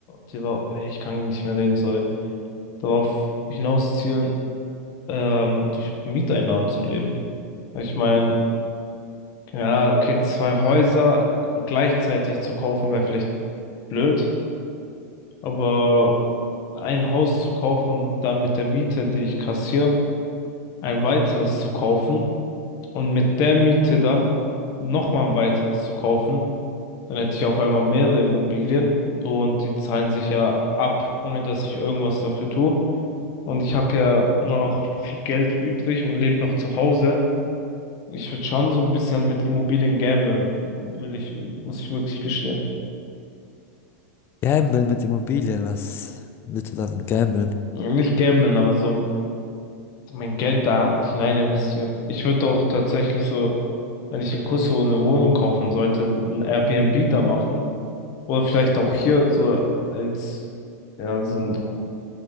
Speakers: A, on the left (about 45°); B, on the left (about 30°).
A: darauf- ich kann nicht mehr reden, sorry, darauf hinaus zielen, ähm, durch Mieteinnahmen zu leben. Ich meine, ja, okay, zwei Häuser gleichzeitig zu kaufen wäre vielleicht blöd, aber ein Haus zu kaufen, dann mit der Miete, die ich kassiere, ein weiteres zu kaufen und mit der Miete dann nochmal ein weiteres zu kaufen, dann hätte ich auf einmal mehrere Immobilien und die zahlen sich ja ab, ohne dass ich irgendwas dafür tue. Und ich habe ja noch viel Geld übrig und lebe noch zu Hause. Ich würde schon so ein bisschen mit Immobilien gamblen, will ich, muss ich wirklich gestehen.
B: Gambeln mit Immobilien, was willst du dann gambeln?
A: Nicht gamblen, aber so mein Geld da hinein investieren. Ich würde auch tatsächlich so, wenn ich in Kosovo eine Wohnung kaufen sollte, ein Airbnb da machen. Oder vielleicht auch hier so als, ja, so ein,